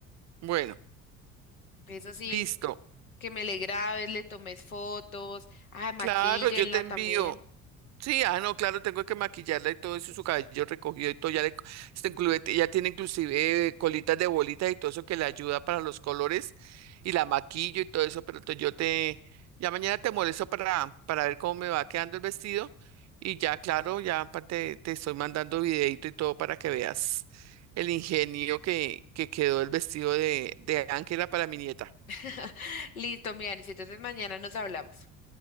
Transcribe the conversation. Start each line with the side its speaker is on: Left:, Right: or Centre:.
Right: Bueno,
Left: Eso sí,
Right: listo.
Left: que me le grabes, le tomes fotos, ay, maquíllenla
Right: Claro, yo te envío.
Left: también.
Right: Sí, ah, no, claro, tengo que maquillarla y todo eso, su cabello recogido y todo, ya le, está incluye- ya tiene inclusive eh, colitas de bolitas y todo eso que le ayuda para los colores y la maquillo y todo eso, pero entonces yo te, ya mañana te molesto para, para ver cómo me va quedando el vestido y ya, claro, ya pa- te, te estoy mandando videito y todo para que veas el ingenio que, que quedó el vestido de, de Ángela para mi nieta.
Left: <laughs> Listo, Mianis, entonces mañana nos hablamos.